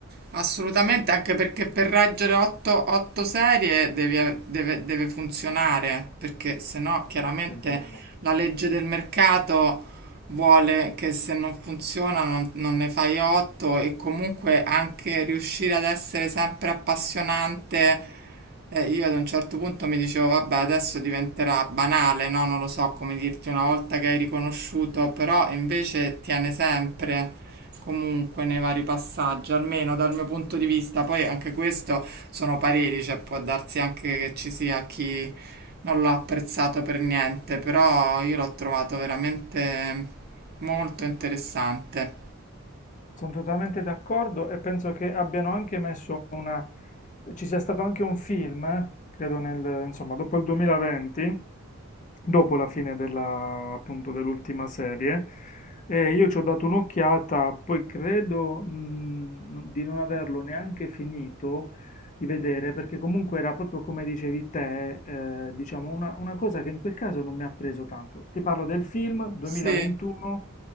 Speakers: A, on the right; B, on the left.
A: assolutamente, anche perché per reggere 8, 8 serie devi- deve, deve funzionare, perché se no chiaramente
B: È vero,
A: la legge del mercato vuole che se non funziona non, non ne fai 8 e comunque anche riuscire ad essere sempre appassionante. Eh, io ad un certo punto mi dicevo, vabbè, adesso diventerà banale, no? Non lo so come dirti una volta che hai riconosciuto, però invece tiene sempre. comunque nei vari passaggi, almeno dal mio punto di vista. Poi anche questo sono pareri, cioè può darsi anche che ci sia chi non l'ha apprezzato per niente, però io l'ho trovato veramente molto interessante.
B: sono totalmente d'accordo e penso che abbiano anche messo una... ci sia stato anche un film, eh, credo nel... insomma, dopo il 2020, dopo la fine della, appunto, dell'ultima serie. E io ci ho dato un'occhiata, poi credo, mh, non- di non averlo neanche finito di vedere, perché comunque era proprio come dicevi te, eh, diciamo una, una cosa che in quel caso non mi ha preso tanto. Ti parlo del film 2021,
A: Sì.